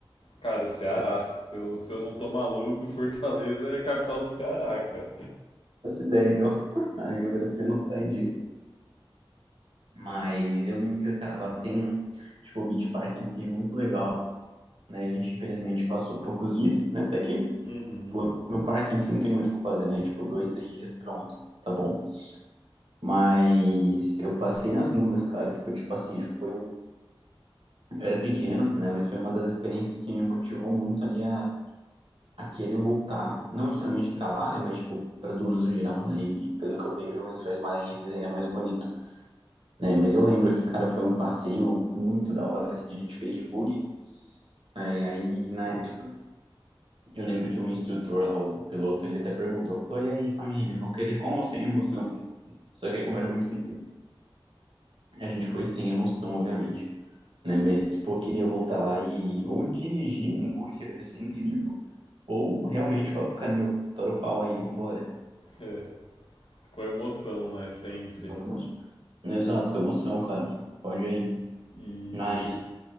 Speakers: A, on the left; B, on the right.
A: Cara, Ceará.
B: Nossa, eu
A: Se eu, se eu não tô maluco, <laughs> Fortaleza é a capital do Ceará, cara.
B: faço ideia, então. <laughs> A geografia não tá em dia. Mas eu lembro que, cara, lá tem, tipo, o Beach Park em si é muito legal, né? A gente, infelizmente, passou poucos dias, né? Até que
A: Uhum.
B: Pô, no, no parque em si não tem muito o que fazer, né? Tipo, dois, três dias, pronto, tá bom. Mas eu passei nas dunas, cara, e foi tipo assim, acho que foi um. Eu era pequeno, né? Mas foi uma das experiências que me motivou muito ali a, a querer voltar, não necessariamente pra lá, né? Mas, tipo, pra dunas no geral, né? E pelo que eu vejo, Lençóis Maranhenses ainda é mais bonito, né? Mas eu lembro que, cara, foi um passeio muito da hora, assim, a gente fez de buggy É, e aí, na época, eu lembro que o instrutor lá, o piloto, ele até perguntou, falou, e aí, família, vão querer com ou sem emoção? Só que aí, como era muito pequeno, a gente foi sem emoção, obviamente. Né? Mas, pô, queria voltar lá e ou dirigir um bug, que deve ser incrível, ou realmente falar pro cara, meu, tora o pau aí, vambora.
A: É, com emoção, né? Sempre.
B: Vamos. Exato, com emoção, cara. Pode aí.
A: E,
B: Mas